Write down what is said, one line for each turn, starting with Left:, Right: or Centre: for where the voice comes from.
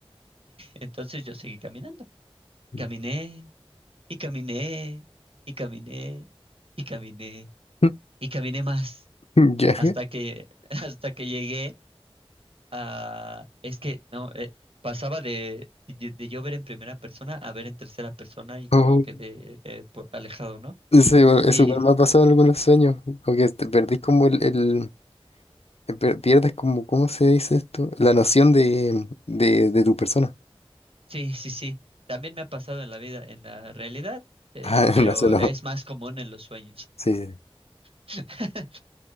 Right: Entonces yo seguí caminando.
Left: Mm.
Right: Caminé y caminé y caminé y caminé
Left: <laughs>
Right: y caminé más
Left: Ya.
Right: hasta que <laughs> hasta que llegué a es que no eh, pasaba de, de de yo ver en primera persona a ver en tercera persona y como
Left: Oh.
Right: que de eh, por alejado, ¿no?
Left: Sí, bueno, eso
Right: Y
Left: igual me ha pasado en algunos sueños, porque te perdís como el, el- eh, per- pierdes como, ¿cómo se dice esto? La noción de, de, de tu persona.
Right: sí, sí, sí. También me ha pasado en la vida, en la realidad,
Left: <laughs>
Right: eh,
Left: Ah,
Right: pero
Left: no, eso no.
Right: es más común en los sueños.
Left: Sí. sí,
Right: <laughs>